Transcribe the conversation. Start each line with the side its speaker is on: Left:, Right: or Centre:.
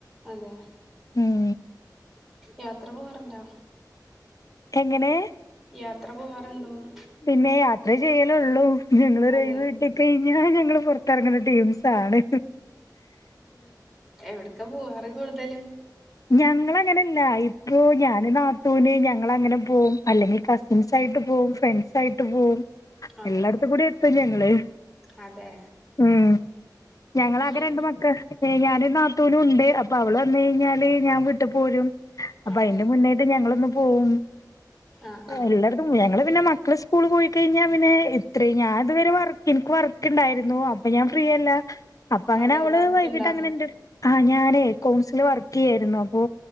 Centre: അതെ
Left: ഉം
Centre: യാത്ര പോവാറ്ണ്ടാ?.
Left: എങ്ങനെ?.
Centre: യാത്ര പോവാറ്ണ്ടോന്ന്?
Left: പിന്നേ. യാത്ര ചെയ്യലൊള്ളും. ഞങ്ങള് ഒര്
Centre: അതെ
Left: ഒഴിവ് കിട്ടിക്കഴിഞ്ഞാ ഞങ്ങള് പൊർത്തെറങ്ണ ടീംസാണ്.
Centre: എവ്ട്ക്കാ പോവാറ് കൂട്തലും
Left: ഞങ്ങളങ്ങനെല്ലാ. ഇപ്പോ ഞാന്, നാത്തൂന് ഞങ്ങളങ്ങനെ പോവും. അല്ലെങ്കിൽ ക ൻസായിട്ട് പോവും, ഫ്രണ്ട്സായിട്ട് പോവും,
Centre: അതെ
Left: എല്ലായിടത്തും കൂടി എത്തും ഞങ്ങള്
Centre: അതെ
Left: ഉം. ഞങ്ങളാകെ
Centre: മീൻ
Left: രണ്ട് മക്ക ഏഹ് ഞാന് നാത്തൂനുണ്ട്. അപ്പൊ അവള് വന്നഴിഞ്ഞാല് ഞാ വീട്ട് പോരും. അപ്പൊ
Centre: അതെ
Left: അയിന്റെ മുന്നേയി ട്ട് ഞങ്ങളൊന്ന് പോവും.
Centre: ആഹ് ആഹ്
Left: എല്ലാ ഞങ്ങള് പിന്നെ മക്കള് സ്കൂള് പോയി കഴിഞ്ഞാ പിന്നെ ഇത്രയും ഞാൻ ഇതുവരെ എനിക്ക് വർക്ക്‌ ണ്ടായിരുന്നു അപ്പൊ ഞാൻ ഫ്രീയല്ല അപ്പൊ അങ്ങനെ
Centre: അതെ
Left: അവള്
Centre: വർക്കുണ്ടോ
Left: വൈകിട്ട് അങ്ങനെ ഇന്റെ ആ ഞാനേ കൗൺസില് വർക്ക് ചെയ്യായിരുന്നു അപ്പൊ